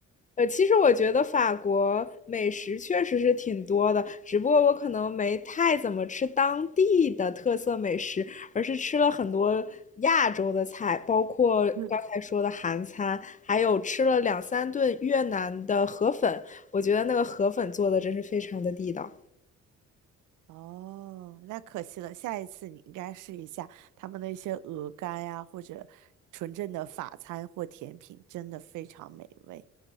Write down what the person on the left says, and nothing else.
呃，其实我觉得法国美食确实是挺多的，只不过我可能没太怎么吃当地的特色美食，而是吃了很多亚洲的菜，包括刚才说的韩餐，
还有吃了两三顿越南的河粉，我觉得那个河粉做的真是非常的地道。